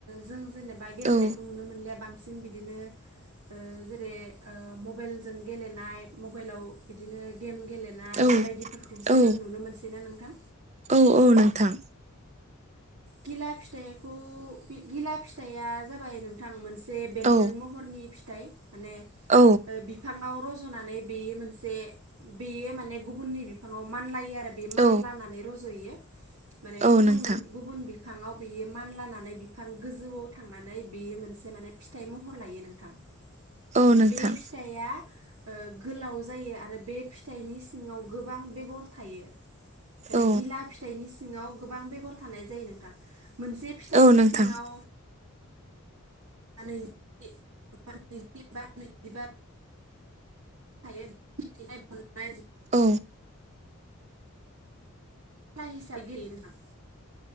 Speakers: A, on the right (about 75°); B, on the right (about 30°).
A: जों जेनेबा गेलेनायखौ
B: औ
A: नुनो मोनलिया बांसिन बिदिनो ओ जेरै ओ मबाइलजों गेलेनाय मबाइलाव बिदिनो गेम गेलेनाय
B: औ
A: बायदिफोरखौसो
B: औ
A: जों नुनो मोनसैना नोंथां।
B: औ औ नोंथां
A: गिला फिथाइखौ बे गिला फिथाइया जाबाय नोंथां मोन से बेन्दों
B: औ
A: महरनि फिथाइ माने
B: औ
A: ओ बिफाङाव रज'नानै बेयो मोनसे बेयो माने गुबुननि बिफाङाव मान लायो आ दा बे मानलानानै
B: औ
A: रज'यो। माने
B: औ
A: गुबुन
B: नोंथां
A: मोन गुबुन बि बिफाङाव बेयो मानलानानै बिफां गोजौआव थांनानै बेयो मोनसे माने फिथाइ महर लायो नोंथां
B: औ नोंथां
A: बे फिथाइया ओ गोलाव जायो आरो बे फिथाइनि सिङाव गोबां बेगर थायो माने
B: औ
A: गिला फिथाइनि सिङाव गोबां बेगर थानाय जायो नोंथां मोनसे फिथाइनि
B: औ नोंथां
A: सिङाव बिदिब्ला बिदिबा थायो बिनिफाय मोन्नाय जायो
B: औ
A: टाइसायगेलेयो नोंथां